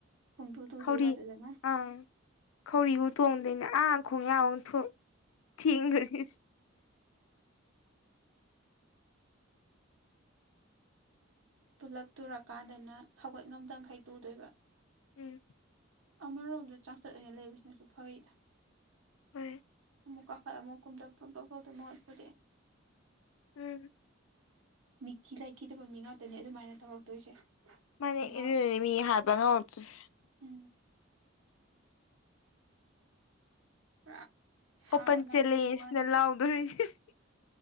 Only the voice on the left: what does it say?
ꯈꯧꯔꯤ
ꯑꯪ ꯈꯧꯔꯤ ꯎꯇꯣꯡꯗꯩꯅꯦ ꯑꯥ ꯈꯣꯡꯉꯥ ꯎꯊꯨꯡ ꯊꯦꯡꯗꯣꯏꯁꯤ
ꯎꯝ
ꯍꯣꯏ
ꯎꯝ
ꯃꯥꯅꯦ
ꯏꯗꯨꯅꯅꯦ ꯃꯤ ꯍꯥꯠꯄ ꯉꯝꯃꯛ ꯇꯣꯏꯁꯦ
ꯑꯣꯄꯟ
ꯆꯦꯂꯦꯟꯁꯅ
ꯂꯥꯎꯗꯣꯏꯁꯤꯁ